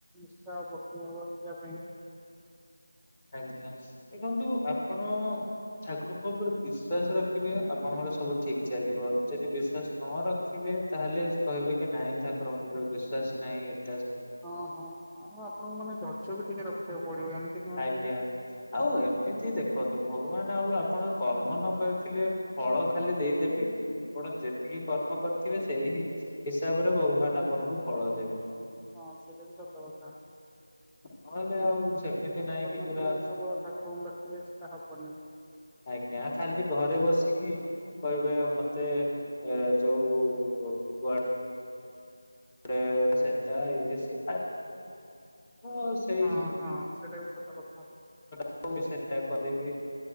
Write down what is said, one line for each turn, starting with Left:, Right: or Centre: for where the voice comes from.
Centre: ନିଷ୍ଠା ଭକ୍ତି ଭାବ କରିବା ପାଇଁ।
Left: ଆଜ୍ଞା ଦେଖନ୍ତୁ ଆପଣ ଠାକୁରଙ୍କ ଉପରେ ବିଶ୍ଵାସ ରଖିବେ ଆପଣଙ୍କର ସବୁ ଠିକ ଚାଲିବ। ଯଦି ବିଶ୍ଵାସ ନ ରଖିବେ ତାହେଲେ କହିବେ କି ନାଇଁ ଠାକୁରଙ୍କ ଉପରେ ବିଶ୍ୱାସ ନାଇଁ
Centre: ହଁ ହଁ ଆଉ ଆପଣଙ୍କୁ ମାନେ ଧର୍ଯ୍ୟ ବି ଟିକେ ରଖିବାକୁ ପଡିବ ଏମିତି ନୁହଁ
Left: ଆଜ୍ଞା
Centre: ଯେ
Left: ଆଉ ଏମିତି ଦେଖନ୍ତୁ ଭଗବାନ ଆଉ ଆପଣ କର୍ମ ନ କରିଥିଲେ ଫଳ ଖାଲି ଦେଇଦେବେ ଆପଣ ଯେତିକି କର୍ମ କରି- ସେଇ ହିସାବରେ ଭଗବାନ ଆପଣଙ୍କୁ ଫଳ ଦେବେ।
Centre: ହଁ ସେଇଟା ବି ସତ କଥା।
Left: ନହେଲେ
Centre: <unintelligible>
Left: ଆଉ ସେମିତି
Centre: କିଛି
Left: ନାହିଁ
Centre: କରିନଥିବେ
Left: କି ପୁରା
Centre: କେବଳ ଠାକୁରଙ୍କୁ ଡାକିଲେ ସେଟା ହବନି।
Left: ଆଜ୍ଞା ଖାଲି ଘରେ ବସିକି କହିବେ ମତେ ଏ ଯୋଉ କୁ ତା ପରେ ସେଟା ଇଏ ସିଏ ତ ସେଇ
Centre: ହଁ ହଁ ସେଟା ବି ସତ କଥା।
Left: ଜିନିଷ ସେଟା କରିବି।